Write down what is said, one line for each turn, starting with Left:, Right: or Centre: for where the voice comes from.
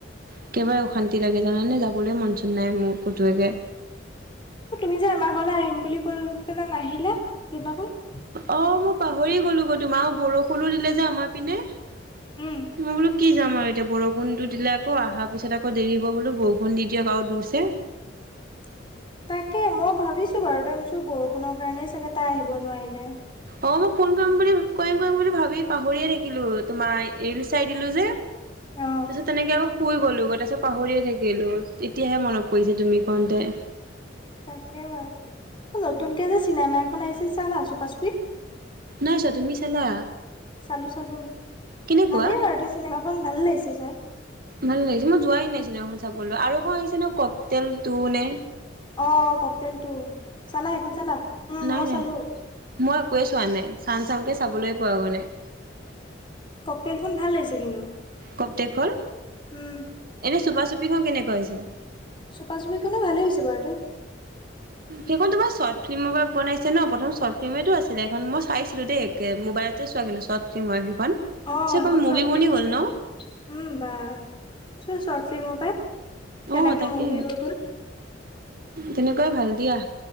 Right: একেবাৰে অশান্তি লাগে জানানে, যাবলৈ মন চন নাই মোৰ কটোৱেকে।
Left: অ' তুমি যে আমাৰ ঘৰলৈ আহিম বুলি কৈ পেলাই নাহিলা, সেদিনাখন।
Right: অ' মই পাহৰি গ'লো গৈ তোমাৰ আৰু বৰষুণো দিলে যে আমাৰ পিনে। মই
Left: উম
Right: বোলো কি যাম আৰু এতিয়া বৰষুণটো দিলে, আকৌ আহাৰ পিছত আকৌ দেৰি হ'ব বোলো, বৰষুণ দি দিয়ক আৰু দোৰছে।
Left: <inaudible> তাকে মই ভাবিছোঁ বাৰুতে <unintelligible> বৰষুণৰ কাৰণেই চাগে তাই আহিব নোৱাৰিলে।
Right: অ' মই ফোন কৰিম বুলি, কৰিম কৰিম বুলি ভাবি পাহৰিয়ে থাকিলোঁ, তোমাৰ ৰীল চাই দিলোঁ যে।
Left: অ'।
Right: তাৰপিছত তেনেকে <unintelligible> শুই গ'লোঁ তাৰপিছত পাহৰিয়ে থাকিলোঁ, তেতিয়াহে মনত পৰিছে তুমি কওঁতে।
Left: তাকে বাৰুতে। নতুনকে যে চিনেমা এখন আহিছে চালা চুপা চুপি?
Right: নাই চোৱা। তুমি চালা?
Left: চালোঁ চালোঁ,
Right: কেনেকুৱা
Left: ভালেই বাৰুতে, চিনেমাখন ভাল লাগিছে চাই।
Right: ভাল লাগিছে, মই যোৱাই নাইচিনাখন চাবলৈ আৰু এখন আহিছে ন' কক তেল টো নে
Left: অ' ককতেল টু। চালা সেইখন চালা? উম,
Right: নাই
Left: মই
Right: নাই
Left: চালোঁ।
Right: মই একোৱে চোৱা নাই চাম চামকে চাবলৈ পোৱা গৈ নাই।
Left: কক তেলখন ভাল লাগিছে কিন্তু।
Right: ককটেক হ'ল
Left: উম
Right: এনেই চুপা চুপিখন কেনেকুৱা হৈছে?
Left: চোপা চুপিখনে ভালেই হৈছে বাৰুতে।
Right: সেইখন তোমাৰ চৰ্ট ফিল্মৰ পৰা বনাইছে ন প্ৰথম শৰ্ট ফিল্মেতটো আছিলে সখন মই চাইছিলো দেই একে মোবাইলত। তে চোৱা কিন্তু চব ফ্লিম হয় সেইখন তাৰপিছত
Left: অ সেখন
Right: মুভি
Left: চৰ্ট
Right: বনি
Left: ফিল্ম আছিলে
Right: গ'ল ন
Left: উম বা চোৱা চৰ্ট ফিল্মৰ পাই কেনেকে
Right: আহ তাকে
Left: মুভি হৈ গ'ল
Right: তেনেকুৱাই ভাল দিয়া।